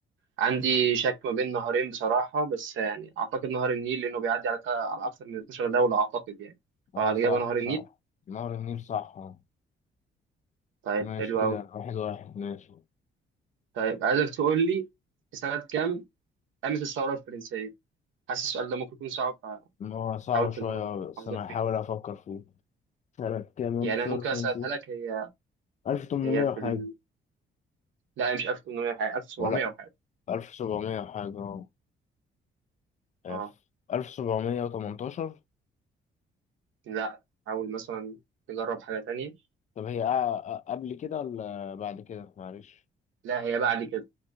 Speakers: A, on the right; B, on the left.
A: عندي شك ما بين نهرين بصراحه بس يعني اعتقد نهر النيل لانه بيعدي على على اكتر من 12 دوله اعتقد يعني
B: اه
A: فالاجابه
B: صح
A: نهر النيل
B: صح نهر النيل صح اه
A: طيب
B: ماشي
A: حلو
B: كده
A: قوي
B: واحد واحد ماشي
A: طيب عايزك تقول لي في سنه كام قامت الثوره الفرنسيه حاسس السؤال ده ممكن يكون صعب
B: م. هو
A: فحاول
B: صعب شوية
A: تدرب
B: بس
A: حظك
B: انا هحاول
A: فيه
B: افكر فيه سنة كام
A: يعني
B: انتصار
A: انا ممكن
B: الفرنسي
A: اسالها لك هي
B: 1800
A: هي في
B: وحاجة
A: ال... لا هي مش 1800 حاجه 1700
B: ولا
A: وحاجه
B: 1700 وحاجة اه آه،
A: اه
B: 1718
A: لا حاول مثلا تجرب حاجه تانية
B: طب هي أ- أ- قبل كده ولا بعد كده معلش
A: لا هي بعد كده